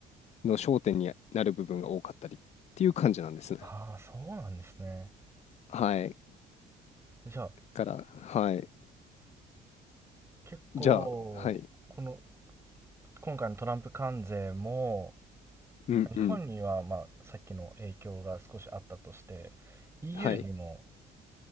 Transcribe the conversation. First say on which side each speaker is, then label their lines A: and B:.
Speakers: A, on the left; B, on the right.
A: の焦点になる部分が多かったりっていう感じなんですね。
B: ああ、そうなんですね。
A: はい。
B: じゃあ、
A: から、はい。
B: 結構、
A: じゃあ、はい。
B: この今回のトランプ関税も、
A: うんうん。
B: 日本にはまあさっきの影響が少しあったとして、EU
A: はい。
B: にも